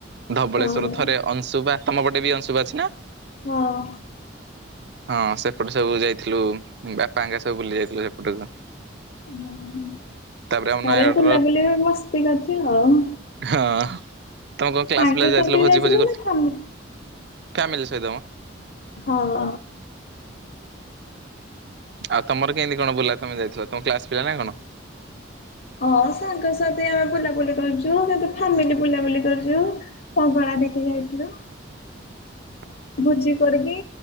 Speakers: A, on the right (about 55°); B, on the left (about 50°).
A: ଧବଳେଶ୍ୱର
B: ହଁ
A: ଥରେ, ଅଂଶୁବା ତମ ପଟେ ବି ଅଂଶୁବା ଅଛି ନା?
B: ହଁ।
A: ହଁ ସେପଟେ ସବୁ ଯାଇଥିଲୁ ବାପାଆଙ୍କା ସବୁ ବୁଲି ଯାଇଥିଲୁ ସେପଟକୁ।
B: ଉଁହୁଁ,
A: ତାପରେ ଆମ
B: ତାରା
A: ନୟାଗଡର
B: ବୁଲା ବୁଲି ବି ମସ୍ତି କରିଛି ଆଉ।
A: ହଁ ତମେ କଣ କ୍ଲାସ
B: ସାଙ୍ଗସାଥି
A: ପିଲା ଯାଇଥିଲ ଭୋଜି ଭୋଜି କରି
B: ନା ତମେ?
A: ଫ୍ୟାମିଲି ସହିତ ମ।
B: ହଁ।
A: ଆଉ ତମର କେଏଁତି କଣ ବୁଲା ତମେ ଯାଇଥିଲ ତମ କ୍ଲାସ ପିଲ ନା କଣ?
B: ହଁ ସାଙ୍ଗ ସାଥି ଆମେ ବୁଲାବୁଲି କରିଚୁ, କିନ୍ତୁ ଫାମିଲି ବୁଲାବୁଲି କରିଚୁ। ପହଳା ଦେଖି ଯାଇଥିଲୁ।
A: <inaudible>
B: ଭୋଜି କରିକି